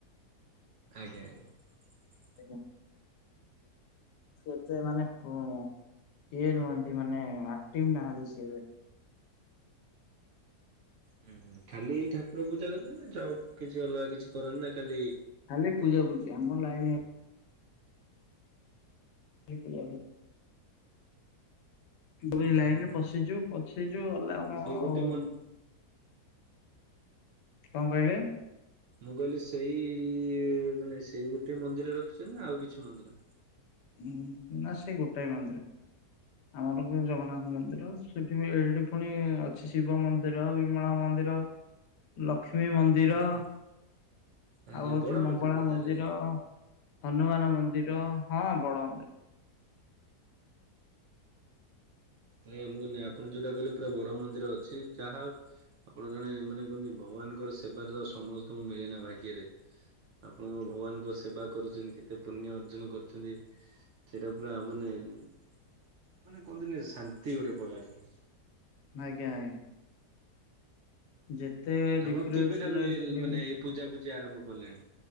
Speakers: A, on the right; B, on the left.
A: ଆଜ୍ଞା ଆଜ୍ଞା।
B: ଆଜ୍ଞା। ସେତେ ମାନେ ଉଁ ଇଏ ନୁହନ୍ତି ମାନେ ଆକ୍ଟୀଭ ନାହାନ୍ତି ସେ
A: ହୁଁ ଖାଲି ଠାକୁର ପୂଜା କର ନା ଯବ୍ କିଛି ଅଲଗା କିଛି କରନ୍ତି ନା ଖାଲି
B: ଖାଲି ପୂଜା ଫୁଜି ଆମର ଲାଇନ ହେଉ ଖାଲି ପୂଜା ପୁଜି। ଯଦି
A: ହୁଁ
B: ଏ ଲାଇନ
A: ହୁଁ
B: ରେ
A: ହୁଁ
B: ପଶିଯିବୁ ପଚେଯିବୁ ଗଲା ଆମ
A: ସେଇ
B: ଆଉ
A: ଗୋଟେ ମନ୍
B: କଣ କହିଲେ?
A: ମୁଁ କହିଲି ସେଇ ମାନେ ସେଇ ଗୋଟେ ମନ୍ଦିର ରଖିଚନ୍ତି ନା ଆଉ କିଛି ମନ୍ଦିର?
B: ହୁଁ ନା ସେଇ ଗୋଟାଏ ମନ୍ଦର। ଆମର ବି ଜଗନ୍ନାଥ ମନ୍ଦିର ସେଠି ଏଠି ପୁଣି ଅଛି ଶିବ ମନ୍ଦିର ବିମଳା ମନ୍ଦିର ର ଲ ଶ୍ରୀ ମନ୍ଦିର
A: ଓହୋ ଆଜ୍ଞା
B: ଆଉ ହଉଛି
A: ବଡ ମନ୍ଦିରଟା
B: ମଙ୍ଗଳା
A: ତାହେଲେ
B: ମନ୍ଦିର ହନୁମାନ ମନ୍ଦିର ହଁ ବଡ ମନ୍ଦିର।
A: ରେ ମୁଁ କହିଲି ନାଇଁ ଆପଣ ଯୋଉଟା କହିଲେ ପୁରା ବଡ ମନ୍ଦିର ଅଛି ଯାହା ହଉ ଆପଣ ଜଣେ ମାନେ କହନ୍ତିନି ଭ ଭଗବାନଙ୍କର ସେବା ତ ସମସ୍ତଙ୍କୁ ମିଳେନା ଭାଗ୍ୟରେ। ଆପଣଙ୍କ ଭଗବାନଙ୍କ ସେବା କରୁଛନ୍ତି କେତେ ପୁଣ୍ୟ ଅର୍ଜନ କରୁଛନ୍ତି ସେଇଟା ପୁରା ମାନେ ହୁଁ ମାନେ କୁହନ୍ତିନି ଶାନ୍ତି ଗୋଟେ ପ୍ରକାରର।
B: ଆଜ୍ଞା ଆଜ୍ଞା। ଯେତେ
A: ଆପଣ
B: ଡିପ୍ରେସନରେ
A: କେବେଠାରୁ ଏ
B: ଥିଲେ
A: ମାନେ
B: ବି
A: ଏ ପୂଜା ପୂଜି ଆରମ୍ଭ କଲେଣି